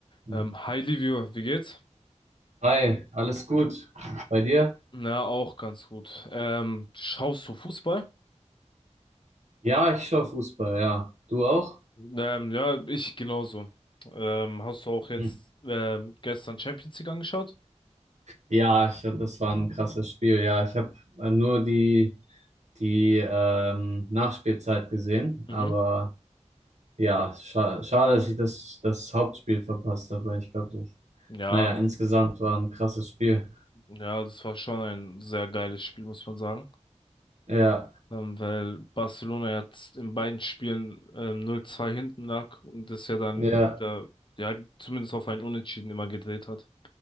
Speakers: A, on the right (about 70°); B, on the left (about 40°).
A: Hm.
B: Ähm, hi Livio, wie geht's?
A: Hi, alles gut bei dir?
B: Na, auch ganz gut. Ähm, schaust du Fußball?
A: Ja, ich schaue Fußball, ja. Du auch?
B: Ähm, ja, ich genauso. Ähm, hast du auch jetzt
A: Hm.
B: ähm, gestern Champions League angeschaut?
A: Ja, ich, das war ein krasses Spiel. Ja, ich habe äh, nur die, die ähm, Nachspielzeit gesehen,
B: Mhm.
A: aber ja, scha schade, dass ich das, das Hauptspiel verpasst habe. Ich glaube, das,
B: Ja,
A: naja,
B: d-
A: insgesamt war ein krasses Spiel.
B: ja, das war schon ein sehr geiles Spiel, muss man sagen.
A: Ja,
B: Ähm, weil Barcelona jetzt in beiden Spielen ähm, 0-2 hinten lag und das ja dann
A: ja,
B: wieder, ja, zumindest auf ein Unentschieden immer gedreht hat.